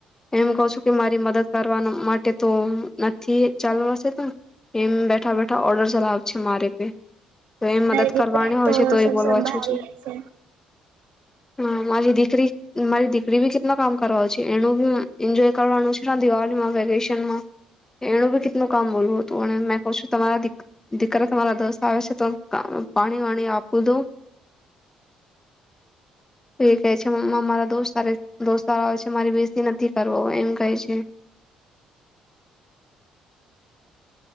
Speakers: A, on the left; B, on the right.
A: એમ કહ છું કે મારી મદદ કરવા માટે તો નથી ચાલવાશે તો એમ બેઠા બેઠા ઓર્ડર ચલાવશે મારે પે તો એમ
B: હ
A: મદદ કરવાની
B: પેટ
A: હોય
B: તો
A: છે
B: સ
A: એ બોલવા
B: સંભાળ
A: છું
B: લે છે
A: હા મારી દીકરી મારી દીકરી ભી કેટલા કામ કરવા છે એનું બી એન્જોય કરવાનું છે દિવાળીમાં વેકેશનમાં એનું ભી કેટલા કામ બોલવું હતું અને મેં કહ છું તમારા દીકરા તમારા દોસ્ત આવે છે તો પાણી વાણી આપું દઉ એ કહે છે મ્ મારા દોસ્ત દોસ્ત સારો આવે છે મારી બેસતી નથી કરવો એમ કહે છે